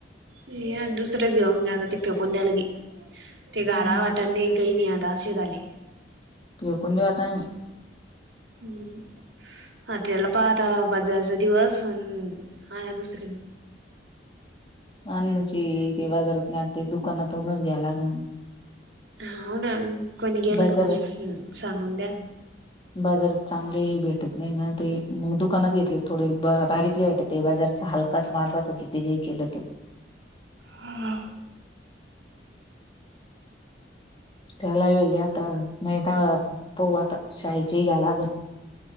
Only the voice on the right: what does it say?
ये दुसरेच घेऊन गेता ते फेकून द्यायला गी ते
घाला वाटात नी काय नि आधास झाली
हम् हा त्याला पाहता बाजाराचा दिवस आण दुसरे
हा ना कोणी गेलं
का मग सांगून द्या
हम्म